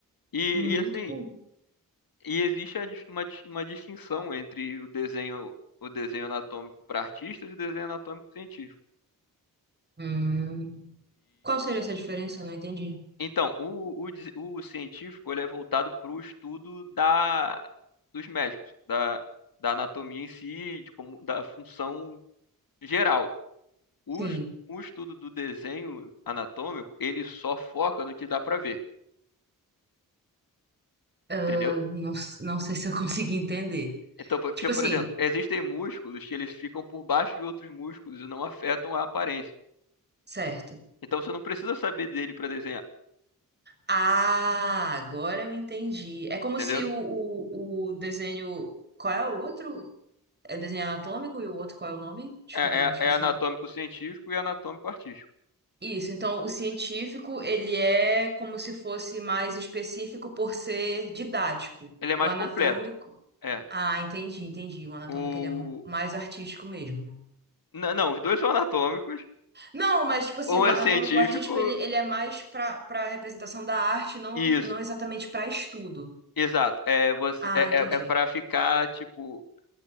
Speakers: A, on the left (about 75°); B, on the right (about 30°).
A: E,
B: Muito
A: e, assim,
B: bom.
A: e existe a dis- uma, dis- uma distinção entre o desenho, o desenho anatômico para artistas e o desenho anatômico científico.
B: Hum. Qual seria essa diferença? Eu não entendi.
A: Então, o, o, des- o científico ele é voltado para o estudo da, dos médicos, da, da anatomia em si, de como, da função geral. O,
B: Sim.
A: es- o estudo do desenho anatômico, ele só foca no que dá para ver, entendeu?
B: Eu Não, não sei se eu <laughs> consegui entender.
A: Então, porque,
B: Tipo assim,
A: por exemplo, Entendi. existem músculos que eles ficam por baixo de outros músculos e não afetam a aparência.
B: certo.
A: Então, você não precisa saber dele para desenhar,
B: Ah, agora eu entendi. É como
A: entendeu?
B: se o, o, o desenho. Qual é o outro? É desenho anatômico e o outro, qual é o nome? Desculpa,
A: É,
B: eu me
A: é,
B: esqueci.
A: é anatômico científico e anatômico artístico.
B: Isso, então o científico, ele é como se fosse mais específico por ser didático.
A: Ele é mais
B: O anatômico.
A: completo. É.
B: Ah, entendi, entendi. O anatômico
A: o
B: ele é mais artístico mesmo, né?
A: N- Não, os dois são anatômicos.
B: Não, mas tipo assim,
A: Um
B: o
A: é
B: anatômico
A: científico.
B: artístico ele, ele é mais pra para representação da arte, não
A: Isso,
B: não exatamente pra estudo.
A: exato. É, você,
B: Ah,
A: é,
B: entendi.
A: é, é para ficar, tipo.